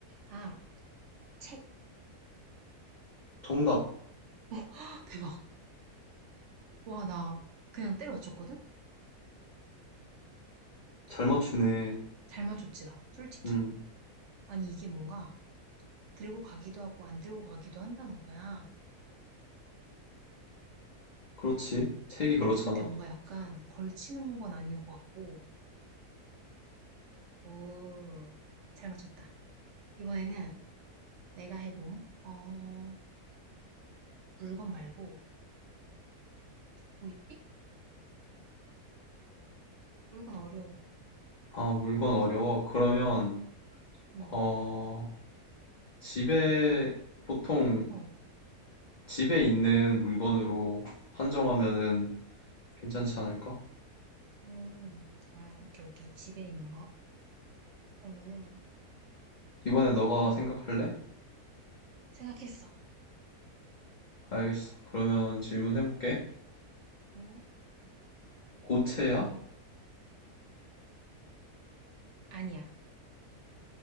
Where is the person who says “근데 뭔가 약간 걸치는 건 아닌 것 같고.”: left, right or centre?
Right